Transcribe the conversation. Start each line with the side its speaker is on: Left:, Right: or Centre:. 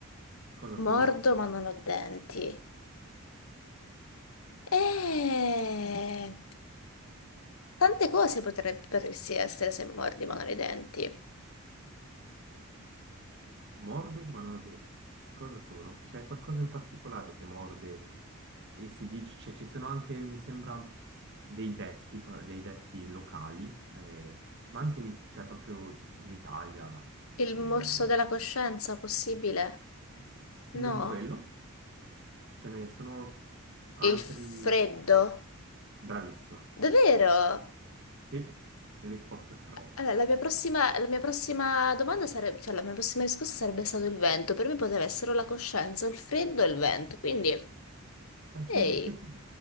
Right: Cosa sono?
Left: Mordo, ma non ho denti. Eh, tante cose potrebbero sì essere se mordi, ma non hai denti.
Right: Mordo, ma non ho denti. Cosa sono? C'è qualcosa in particolare che morde e si dice, cioè ci sono anche, mi sembra, dei detti, pa- dei detti locali, eh, ma anche in, I- cioè, proprio in Italia.
Left: Il
Right: eh,
Left: morso
Right: mm,
Left: della coscienza, possibile? No?
Right: non quello, ce ne sono altri,
Left: Il freddo?
Right: bravissimo.
Left: Davvero?
Right: Sì, risposta corretta.
Left: Allora, la mia prossima, la mia prossima domanda sarebbe, cioè la mia prossima risposta sarebbe stato il vento. Per me poteva essere o la coscienza, o il freddo e il vento. Quindi,
Right: Eh, c'hai
Left: ehi.
Right: c'hai più lì.